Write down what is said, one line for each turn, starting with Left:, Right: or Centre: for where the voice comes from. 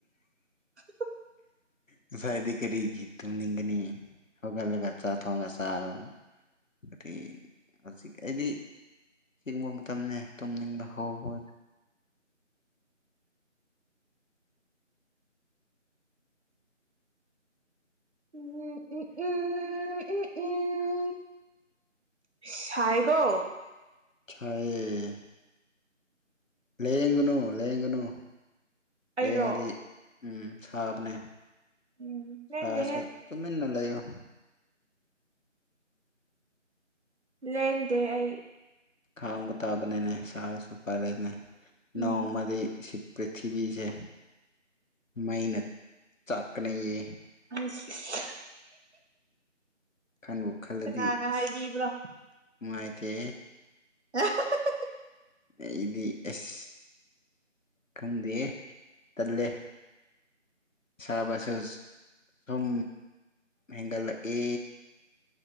Right: <unintelligible>
Left: ꯉꯁꯥꯏꯗꯤ ꯀꯔꯤꯒꯤ ꯇꯨꯝꯅꯤꯡꯒꯅꯤ ꯍꯧꯒꯠꯂꯒ ꯆꯥꯛ ꯊꯣꯡꯒ ꯆꯥꯔꯣ <unintelligible> ꯍꯧꯖꯤꯛ ꯑꯩꯗꯤ ꯢꯪꯕ ꯃꯇꯝꯅꯦ ꯇꯨꯝꯅꯤꯡꯕ ꯍꯧꯕ
Right: ꯎꯝ ꯎꯝ ꯎꯝ ꯎꯝ ꯎꯝ ꯁꯥꯏꯒꯣ
Left: ꯁꯥꯏꯌꯦ ꯂꯌꯦꯡꯒꯨꯅꯨ ꯂꯥꯏꯌꯦꯡꯒꯅꯨ
Right: ꯑꯩꯔꯣ
Left: ꯂꯌꯦꯡꯉꯗꯤ ꯎꯝ ꯁꯥꯕꯅꯦ
Right: ꯎꯝ ꯂꯦꯡꯗꯦꯍꯦ
Left: ꯁꯥꯁꯨ ꯇꯨꯃꯤꯟꯅ ꯂꯩꯌꯣ
Right: ꯂꯦꯟꯗꯦ ꯑꯩ
Left: ꯈꯥꯡꯕ ꯇꯥꯕꯅꯤꯅꯦ ꯁꯥꯔꯁꯨ ꯎꯄꯥꯏ <unintelligible>
Right: ꯎꯝ
Left: ꯅꯣꯡꯃꯗꯤ ꯁꯤ ꯄ꯭ꯔꯤꯊꯤꯕꯤꯁꯦ ꯃꯩꯅ ꯆꯥꯛꯀꯅꯤꯌꯦ
Right: ꯑꯁ <unintelligible>
Left: ꯈꯟꯕꯨ ꯈꯜꯂꯗꯤ
Right: ꯀꯅꯥꯅ
Left: ꯑꯁ
Right: ꯍꯥꯏꯕꯤꯕ꯭ꯔꯣ
Left: ꯅꯨꯡꯉꯥꯏꯇꯦ
Right: <unintelligible>
Left: ꯑꯩꯗꯤ ꯑꯦꯁ ꯈꯪꯗꯦ ꯇꯜꯂꯦ ꯁꯥꯕꯁꯨꯁ ꯁꯨꯝ ꯍꯦꯟꯒꯜꯂꯛꯑꯦ